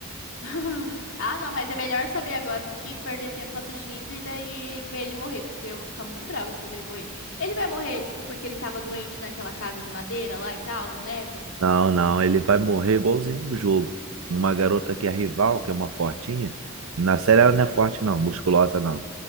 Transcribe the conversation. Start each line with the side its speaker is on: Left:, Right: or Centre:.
Left: <laughs> Ah, não, mas é melhor saber agora do que perder tempo assistindo e daí ver ele morrer, porque eu vou ficar muito brava se eu ver ele morrer. Ele vai morrer, tipo, porque ele tava doente naquela casa de madeira lá e tal, na neve?
Right: Não, não, ele vai morrer igualzinho no jogo. Uma garota que é rival, que é uma fortinha, na série ela não é forte, não, musculosa, não.